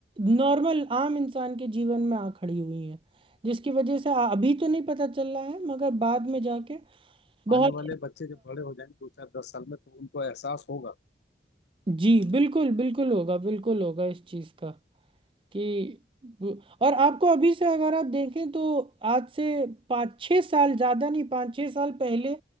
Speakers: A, on the right; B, on the left.
A: नॉर्मल आम इंसान के जीवन में आ खड़ी हुई हैं जिसकी वजह से आ- अभी तो नहीं पता चल रहा है मगर बाद में जाके बहुत
B: आने वाले बच्चे जब बड़े हो जाएंगे दो चार दस साल में तो उनको एहसास होगा
A: जी बिल्कुल बिल्कुल होगा बिल्कुल होगा इस चीज़ का कि वो- और आपको अभी से अगर आप देखें तो आज से पाँच छः साल ज़्यादा नहीं पाँच छः साल पहले